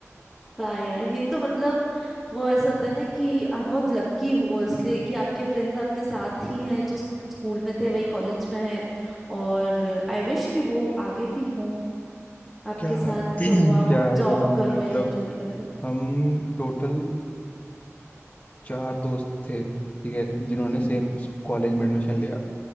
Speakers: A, in the centre; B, on the left.
A: वाह यार ये तो मतलब वो ऐसा होता है ना कि आप बहुत लक्की हो इसलिए कि आपके फ्रेंड्स आपके साथ ही हैं जो स्कूल में थे वही कॉलेज में हैं और आई विश कि वो आगे भी हों आपके
B: क्या
A: साथ
B: <clears throat>
A: जो आप
B: क्या ही
A: जॉब
B: बताऊं
A: करो
B: मैं मतलब
A: या जो भी करो तो
B: हम टोटल चार दोस्त थे ठीक है जिन्होंने
A: हम्म,
B: सेम कॉलेज में एडमिशन लिया